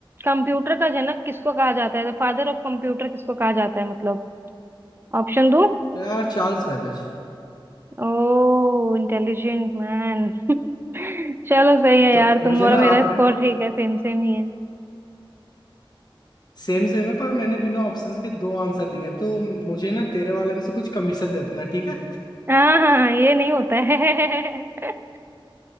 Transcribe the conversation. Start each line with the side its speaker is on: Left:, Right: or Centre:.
Right: कंप्यूटर का जनक किसको कहा जाता है फादर ऑफ कंप्यूटर किसको कहा जाता है मतलब ऑप्शन दो
Left: यार चार्ल्स बैबेज
Right: Oh intelligent man <laughs> चलो सही है
Left: तो
Right: यार तुम
Left: मुझे ना
Right: और मेरा
Left: अपने
Right: स्कोर ठीक है सेम सेम ही है
Left: सेम सेम है पर मैंने बिना ऑप्शंस के दो आंसर दिए हैं, तो मुझे ना तेरे वाले में से कुछ कमीशन दे देना ठीक है
Right: हाँ हाँ हाँ, ये नहीं होता है <laughs>